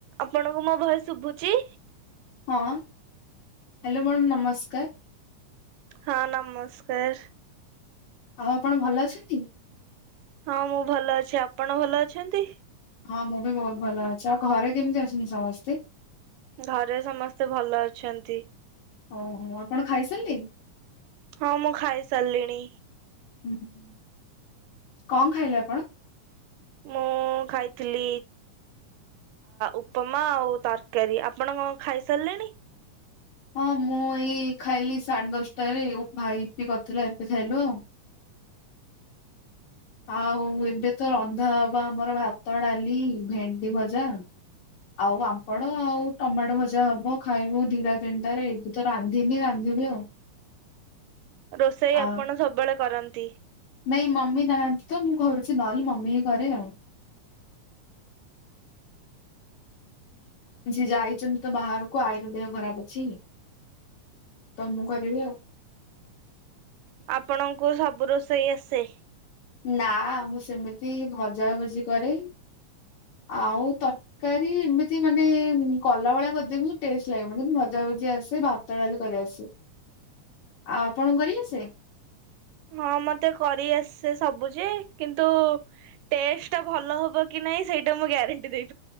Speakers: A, on the right; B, on the left.
A: ଆପଣଙ୍କୁ ମୋ ଭୋଏସ ଶୁଭୁଛି।
B: ହଁ ହାଲୋ ମ୍ୟାଡ଼ମ୍ ନମସ୍କାର।
A: ହଁ ନମସ୍କାର
B: ଆଉ ଆପଣ ଭଲ ଅଛନ୍ତି।
A: ହଁ ମୁଁ ଭଲ ଅଛି ଆପଣ ଭଲ ଅଛନ୍ତି।
B: ହଁ ମୁଁ ବି ବହୁତ ଭଲ ଅଛି ଆଉ ଘରେ କେମିତି ଅଛନ୍ତି ସମସ୍ତେ
A: ଘରେ ସମସ୍ତେ ଭଲ ଅଛନ୍ତି।
B: ଓ ହୋ ଆପଣ ଖାଇ ସାରିଲେ
A: ହଁ ମୁଁ ଖାଇ ସାରିଲିଣି
B: ହଁ କଣ ଖାଇଲେ ଆପଣ
A: ମୁଁ ଖାଇଥିଲି ଉପମା ଆଉ ତରକାରୀ ଆପଣ କଣ ଖାଇ ସାରିଲେଣି
B: ହଁ ମୁଁ ଏଇ ଖାଇଲି ସାଢ଼େ ଦଶଟାରେ ଭାଇ ଇଟିଲି କରିଥିଲା ଏବେ ଖାଇଲୁ ଆଉ ଆଉ ଏବେ ତ ରନ୍ଧା ହବା ଆମର ଭାତ ଡାଲି ଭେଣ୍ଡି ଭଜା ଯା ଆଉ ପାମ୍ପ ପାମ୍ପଡ ଆଉ ଟମାଟ ଭଜା ହବ ଖାଇବୁ ଦିଇଟା ତିନିଟାରେ ଏବେ ତ ରାନ୍ଧିନି ରାନ୍ଧିବି ଆଉ
A: ରୋଷେଇ
B: ଆ
A: ଆପଣ ସବୁବେଳେ କରନ୍ତି
B: ନାଇଁ ମମି ନାହାନ୍ତି ତ ମୁଁ କରରୁଛି ନହେଲେ ମମି କରେ ଆଉ ସେ ଯାଇଛନ୍ତି ତ ବାହାରକୁ ଆଇର ଦେହ ଖରାପ ଅଛି ତ ମୁଁ କରିବି ଆଉ
A: ଆପଣଙ୍କୁ ସବୁ ରୋଷେଇ ଆସେ
B: ନା ମୁଁ ସେମିତି ଭଜା ଭଜି କରେ ଆଉ ତରକାରୀ ଏମିତି ମାନେ କଲା ଭଳିଆ କରିଦେବି ଟେଷ୍ଟ ଲାଗିବନି କିନ୍ତୁ ଭଜା ଭଜି ଆସେ ଭାତ ଡାଲି କରି ଆସେ ଆଉ ଆପଣ କରିଆସେ
A: ହଁ ମତେ କରି ଆସେ ସବୁ ଯେ କିନ୍ତୁ ଟେଷ୍ଟ ଟା ଭଲ ହବ କି ନାଇଁ ସେଇଟା ମୁଁ ଗ୍ୟାରେଣ୍ଟି ଦେଇ